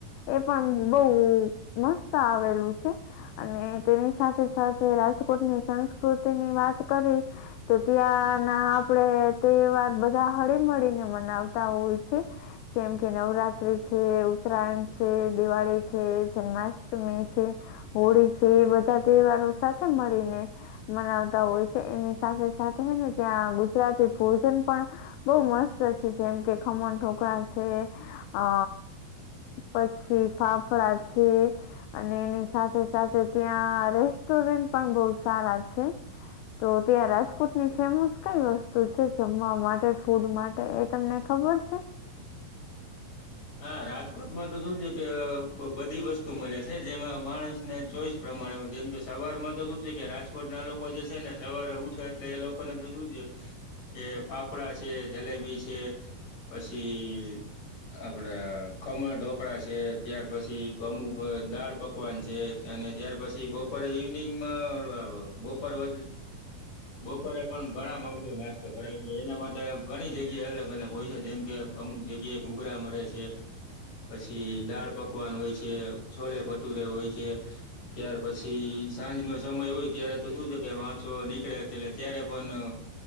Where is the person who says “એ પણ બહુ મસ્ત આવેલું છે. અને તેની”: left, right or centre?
Left